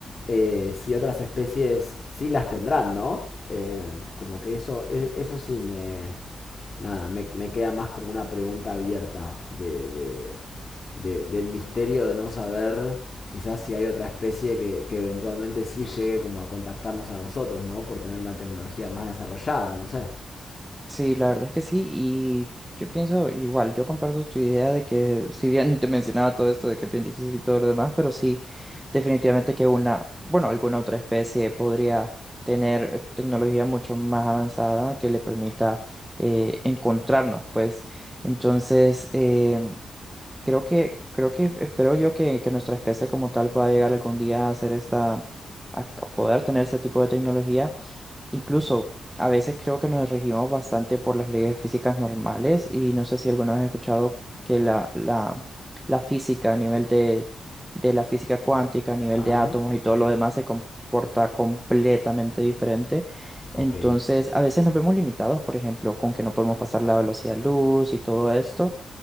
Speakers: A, on the left; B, in the centre.
A: eh, si otras especies sí las tendrán, ¿no? Eh, como que eso, e- eso sí me. Nada, me, me queda más como una pregunta abierta de, de- de- del misterio de no saber quizás si hay otra especie que, que eventualmente sí llegue como a contactarnos a nosotros, ¿no? Por tener una tecnología más desarrollada, no sé.
B: Sí, la verdad es que sí, y yo pienso igual, yo comparto tu idea de que si bien te mencionaba todo esto de que es bien difícil y todo lo demás, pero sí, definitivamente que una, bueno, alguna otra especie podría tener eh, tecnología mucho más avanzada que le permita eh, encontrarnos, pues entonces eh, Creo que, creo que espero yo que, que nuestra especie como tal pueda llegar algún día a hacer esta, a a poder tener este tipo de tecnología. Incluso a veces creo que nos regimos bastante por las leyes físicas normales y no sé si alguna vez has escuchado que la, la, la física a nivel de, de la física cuántica, a nivel
A: Ajá,
B: de átomos y todo lo demás se comporta completamente diferente. Entonces,
A: ok.
B: a veces nos vemos limitados, por ejemplo, con que no podemos pasar la velocidad de luz y todo esto.